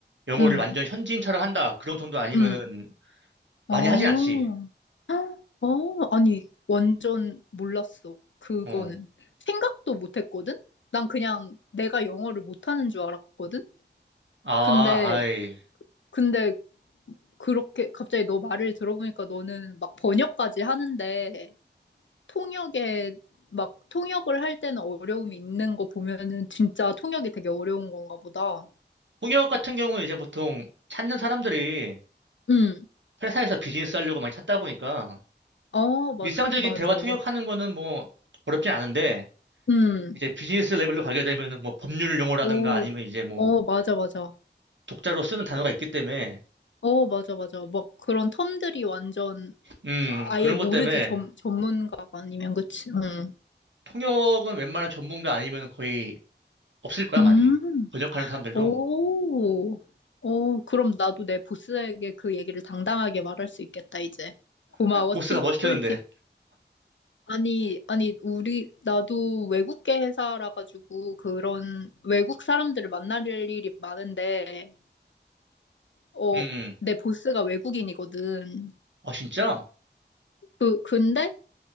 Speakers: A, on the right; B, on the left.
A: 영어를
B: 음,
A: 완전 현지인처럼 한다. 그런 정도 아니면은
B: 음,
A: 많이
B: 어,
A: 하진 않지.
B: 아, 어, 아니, 완전 몰랐어. 그거는.
A: 어.
B: 생각도 못 했거든? 난 그냥 내가 영어를 못하는 줄 알았거든?
A: 아,
B: 근데,
A: 아이.
B: 근데 그렇게 갑자기 너 말을 들어보니까 너는 막 번역까지 하는데, 통역에 막 통역을 할 때는 어려움이 있는 거 보면은 진짜 통역이 되게 어려운 건가 보다.
A: 통역 같은 경우는 이제 보통 찾는 사람들이
B: 응.
A: 회사에서 비즈니스 하려고 많이 찾다 보니까
B: 어, 맞,
A: 일상적인
B: 맞아,
A: 대화 통역하는
B: 맞아.
A: 거는 뭐 어렵진 않은데
B: 응.
A: 이제 비즈니스 레벨로 가게 되면은 뭐 법률 용어라든가
B: 오.
A: 아니면 이제 뭐
B: 어, 맞아, 맞아.
A: 독자로 쓰는 단어가 있기 때문에
B: 어, 맞아, 맞아. 막 그런 텀들이 완전
A: 음,
B: 아예
A: 그런
B: 모르지,
A: 것 때문에
B: 전, 전문가가 아니면, 그치? 응.
A: 통역은 웬만한 전문가 아니면 거의 없을 거야,
B: 음.
A: 많이. 번역하는 사람들도.
B: 오. 어, 그럼 나도 내 보스에게 그 얘기를 당당하게 말할 수 있겠다, 이제. 고마워,
A: 보스가
B: 팁,
A: 뭐 시켰는데.
B: 꿀팁. 아니, 아니, 우리, 나도 외국계 회사라 가지고 그런 외국 사람들을 만날 일이 많은데, 어,
A: 응 응
B: 내 보스가 외국인이거든.
A: 아, 진짜?
B: 그, 근데,